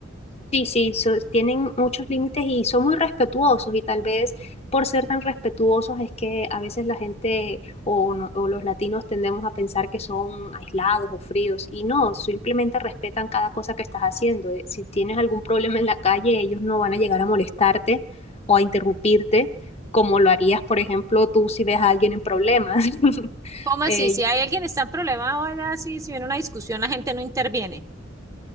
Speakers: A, on the left; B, on the right.
A: Sí, sí, so- tienen muchos límites y son muy respetuosos y tal vez por ser tan respetuosos es que a veces la gente o, no- o los latinos tendemos a pensar que son aislados o fríos y no, simplemente respetan cada cosa que estás haciendo. Eh, Si tienes algún problema en la calle, ellos no van a llegar a molestarte o a interrumpirte como lo harías, por ejemplo, tú si ves a alguien en problemas. <laughs>
B: ¿Cómo así?
A: Eh,
B: Si hay alguien que está en problema, vaya así, si viene una discusión, la gente no interviene.